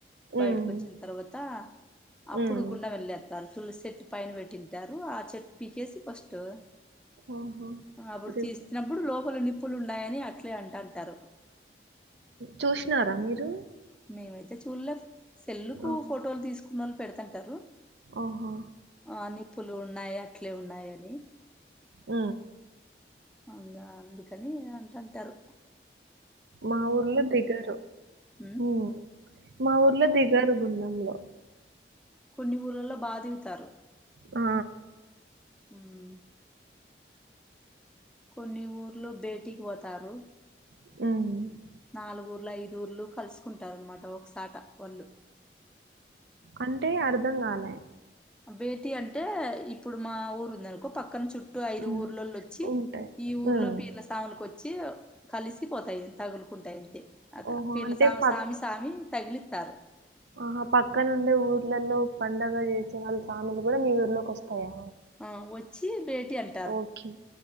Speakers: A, in the centre; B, on the right (about 80°).
A: బయటకొచ్చిన
B: ఉమ్,
A: తర్వాత అప్పుడు
B: ఉమ్.
A: గుండం వెళ్ళేత్తారు తులసి చెట్టు పైన పెట్టింటారు ఆ చె పీకేసి ఫస్టు
B: ఆహా.
A: అప్పుడు
B: రేపు
A: తీస్తిన బ్బుడు లోపల నిప్పులు ఉండాయని అట్లే అంటంటారు
B: చూసినారా మీరు
A: మేమైతే చూడలే సెల్లుకు
B: ఆ,
A: ఫోటోలు తీసుకున్నోళ్ళు పెడతంటారు
B: ఓహో
A: ఆ నిప్పులు ఉన్నాయి అట్లే ఉన్నాయని
B: ఊ
A: అవున్దా అందుకని అంటాంటారు
B: మా ఊర్లో దిగరు
A: ఉమ్
B: ఊ మా ఊర్లో దిగరు గుండంలో
A: కొన్ని ఊళ్లలో బాగా దిగుతారు
B: ఆ
A: ఉమ్ కొన్ని ఊర్లో బేటీకి పోతారు
B: <inaudible>
A: నాలుగూర్లు ఐదు ఊర్లు కలుసుకుంటారు అనమాట ఒకసాట వాళ్ళు
B: అంటే అర్ధం కాలే
A: భేటీ అంటే ఇప్పుడు మా ఊరు ఉందనుకో పక్కన చు ట్టూ ఐదు
B: ఉమ్,
A: ఊర్లల్లొచ్చి
B: ఉంటాయి
A: ఈ ఊర్లో
B: ఉమ్.
A: పీర్ల తాములకచ్చి కలిసిపోతాయి తగులుకుంటాయంతె అద
B: ఓహో
A: పీల
B: అంటే
A: సామ
B: పక్
A: సామి సామిన్ తగిలితారు
B: ఆహా పక్కనుండే ఊర్లలో పండగ చేసే వాళ్ళ స్వామిలు కూడా మీ ఊర్లోకి వస్తాయా
A: ఆ వచ్చి భేటీయాన్
B: ఓకే